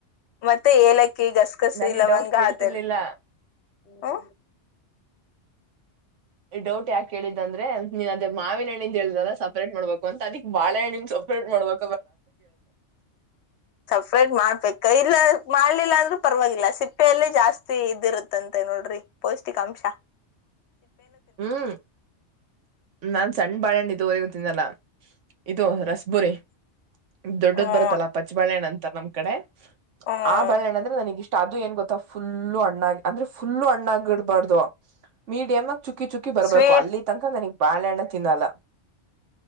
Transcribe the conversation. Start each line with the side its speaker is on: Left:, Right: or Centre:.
Left: ಮತ್ತೆ ಏಲಕ್ಕ ಅಕ್ಕಿ ಗಸಗಸಿ
Right: ನನ್ ಈ
Left: ಲವಂಗ
Right: ಡೌಟ್ ಕೇಳ್ತಿರ್ಲಿಲ್ಲ
Left: ಅದೆಲ್ ಹಾ
Right: ಈ ಡೌಟ್ ಯಾಕ ಕೇಳಿದ್ದ ಅಂದ್ರೆ ನೀನ್ ಅಮಾವಿನಣ್ಣಿಂದ ಹೇಳ್ದಲ್ಲ ಸಪ್ರೇಟ್ ಮಾಡ್ಬೇಕ ಅದಿ ಬಾಳಹಣ್ಣಿನಿಂದ ಸೊಲ್ ಮೆಡಾ
Left: ಸ್ರಡ್ ಮಾಡ ಮಾಡಬೇಕ ಇಲ್ಲ ಮಾಡ್ಲಿಲ್ಲ ಅಂದ್ರೂ ಪರವಾಗಿಲ್ಲ ಸಿಪ್ಪೆಲ್ಲ ಜಾಸ್ತಿ ಇದ ಇರುತ್ತಂತೆ ನೋಡ್ರಿ ಪೌಷ್ಟಿಕ ಕಮಷ
Right: ಹ್ಮ್ ನಾನ್ ಸಣ್ಣ ಬಾಳಣಿದ್ದ <unintelligible> ರಿಗ ತಿನ್ನಲ್ಲ ಇದು ರಸ್ಬುರಿ ದೊಡ್ಡದ್
Left: ಹ್ಮ್
Right: ಬರುತ್ತಲ್ಲಾ ಪಚ್ಚಬಾಳೆಹಣ್ಣ ಅಂತ ನಮ್ ಕಡೆ
Left: ಹ್ಮ್
Right: ಆ ಬಳ್ಳೆಣ್ ಅಂದ್ರೆ ನನಗಿಷ್ಟ. ಅದು ಏನ್ ಗೊತ್ತಾ ಫುಲ್ಲು ಅಣ್ಣ ಅಂದ್ರೆ ಫುಲ್ಲು ಅಣ್ಣಡಬಾರ್ದು ಮೀಡಿಯಂ ಚುಕ್ಕಿ ಚುಕ್ಕಿ ಬರ್ಬೇಕು
Left: ಸ್ವೀಟ್
Right: ಅಲ್ಲಿ ತನಕ ನನಗ್ ಬಾಳೆಹಣ್ಣ ತಿನ್ನಲ್ಲ.